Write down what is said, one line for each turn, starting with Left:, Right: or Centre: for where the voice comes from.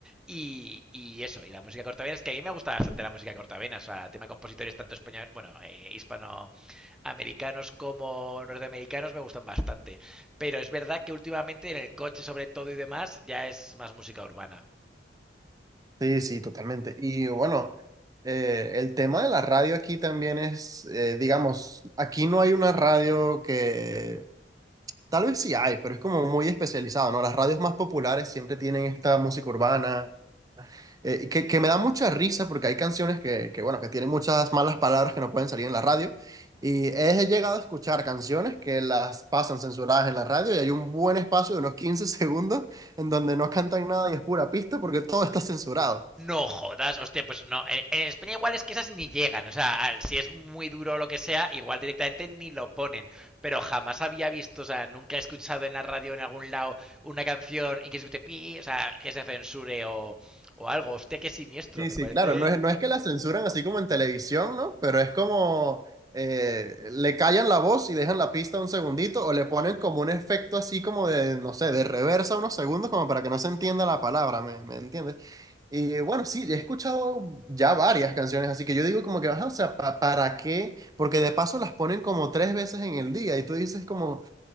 Centre: Y, y, eso, y la música cortavenas, que a mí me gusta bastante la música cortavenas, o sea, tema de compositores tanto español, bueno, eh, hispanoamericanos como norteamericanos me gustan bastante. Pero es verdad que últimamente en el coche sobre todo y demás ya es más música urbana.
Right: Sí, sí, totalmente. Y bueno, eh, el tema de la radio aquí también es, eh, digamos, aquí no hay una radio que, tal vez sí hay, pero es como muy especializado, ¿no? Las radios más populares siempre tienen esta música urbana, eh, y que, que me da mucha risa porque hay canciones que, que, bueno, que tienen muchas malas palabras que no pueden salir en la radio. Y he llegado a escuchar canciones que las pasan censuradas en la radio y hay un buen espacio de unos 15 <laughs> segundos en donde no cantan nada y es pura pista porque todo está censurado.
Centre: No jodas, hostia, pues no. En, en España igual es que esas ni llegan. O sea, al- si es muy duro o lo que sea, igual directamente ni lo ponen. Pero jamás había visto, o sea, nunca he escuchado en la radio en algún lado una canción y que se escuche pi, o sea, que se censure o, o algo. Hostia, qué siniestro,
Right: Sí,
Centre: me
Right: sí,
Centre: parece.
Right: claro, no es, no es que la censuran así como en televisión, ¿no? Pero es como eh, le callan la voz y dejan la pista un segundito o le ponen como un efecto así como de, no sé, de reversa unos segundos como para que no se entienda la palabra, ¿me, me entiendes? Y bueno, sí, he escuchado ya varias canciones, así que yo digo como que, ajá, o sea, pa- ¿para qué? Porque de paso las ponen como tres veces en el día y tú dices como,